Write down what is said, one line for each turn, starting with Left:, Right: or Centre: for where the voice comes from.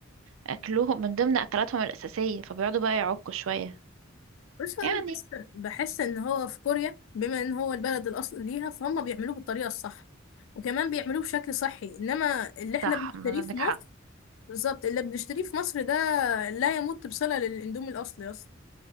Right: اكلهم من ضمن اكلاتهم الاساسية فبيقعدوا بقى يعكوا شوية
Left: بس انا
Right: يعني
Left: بحس بحس ان هو في كوريا بما ان هو البلد الاصل ليها فهم بيعملوه بالطريقه الصح وكمان بيعملوه بشكل صحي انما اللي احنا
Right: صح
Left: بنشتريه
Right: ما عندك
Left: في مصر
Right: حق
Left: بالظبط اللي بنشتريه في مصر ده لا يمت بصله للاندومي الاصلي اصلا